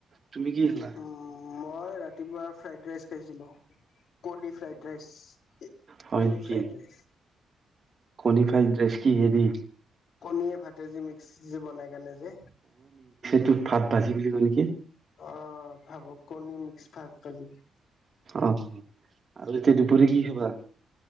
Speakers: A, on the right; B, on the left.
A: তুমি কি খালা?
B: উম। মই ৰাতিপুৱা ফ্ৰাইড ৰাইচ খাইছিলোঁ। কণী ফ্ৰাইড ৰাইচ,
A: হয়
B: কণী
A: নেকি
B: ফ্ৰাইড ৰাইচ।
A: কণী ফ্ৰাইড ৰাইচ কি হেৰী?
B: কণীয়ে ভাত। তে যে মিক্স, যে বনাই কেনে যে?
A: টোত ভাত ভাজি বুলি ক'লি
B: অ ভাৱক কণী মিক্স। থাকা যে। <unintelligible>
A: অ আৰু এতিয়া দুপৰীয়া কি খাবা?